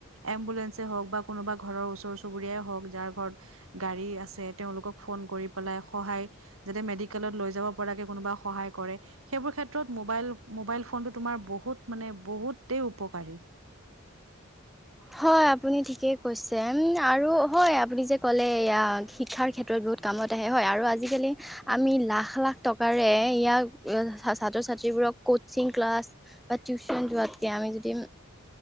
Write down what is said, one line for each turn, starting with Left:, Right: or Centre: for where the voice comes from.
Right: এম্বুলেঞ্চে হওঁক বা কোনোবা ঘৰৰ ওচৰ চুবুৰীয়াই হওঁক যাৰ ঘৰত গাড়ী আছে তেওঁলোকক ফোন কৰি পেলাই সহায় যাতে মেডিকেলত লৈ যাব পৰাকে কোনোবা সহায় কৰে। সেইবোৰ ক্ষেত্ৰত মোবাইল মোবাইল ফোনটো তোমাৰ বহুত মানে বহুতেই উপকাৰী।
Centre: হয় আপুনি ঠিকেই কৈছে উম আৰু হয় আপুনি যে ক'লে এয়া শিক্ষাৰ ক্ষেত্ৰত কামত আহে হয় আৰু আজি কালি আমি লাখ লাখ টকাৰে ইয়াক ছাত্ৰ ছাত্ৰী বোৰক কাছিং ক্লাছ তিউচন যোৱা কেইদিন